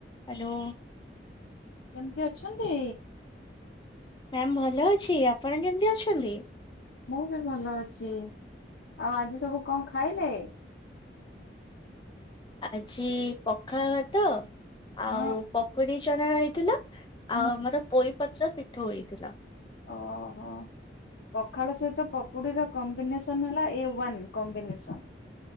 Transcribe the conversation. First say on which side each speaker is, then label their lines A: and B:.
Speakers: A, on the left; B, on the left.
A: Hello.
B: କେମିତି ଅଛନ୍ତି?
A: Ma'am ଭଲ ଅଛି। ଆପଣ କେମିତି ଅଛନ୍ତି?
B: ମୁଁ ବି ଭଲ ଅଛି। ଆଉ ଆଜି ସବୁ କଣ ଖାଇଲେ?
A: ଆଜି ପଖାଳ ଭାତ ଆଉ
B: ହଁ
A: ପକୁଡି ଛଣା ହେଇଥିଲା
B: ହୁଁ।
A: ଆଉ ଆମର ପୋଇପତ୍ର ପିଠଉ ହେଇଥିଲା।
B: ଓହୋଃ। ପଖାଳ ସହିତ ପକୁଡିର କମ୍ବିନେସନ ହେଲା ଏ ୱାନ କମ୍ବିନେସନ।